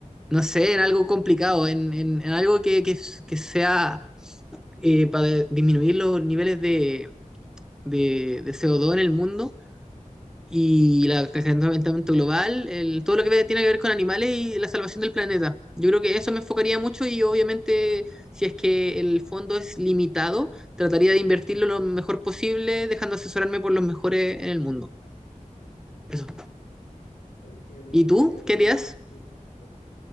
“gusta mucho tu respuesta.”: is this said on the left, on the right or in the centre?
Left